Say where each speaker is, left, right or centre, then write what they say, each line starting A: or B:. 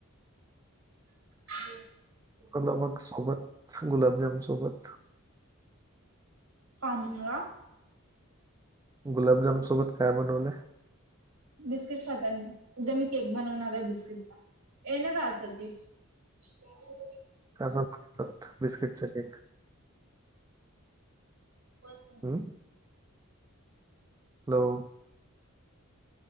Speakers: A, on the right; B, on the right.
A: हो
B: कलमग सोबत गुलाबजाम सोबत
A: पामुंग
B: गुलाबजाम सोबत काय बनवलंय.
A: बिस्किट खाता मी उद्या मी केक बनवणार आहे बिस्किटचा ये ना कां की हो
B: कसा बिस्किटचा केक
A: ब
B: ह <inaudible> हॅलो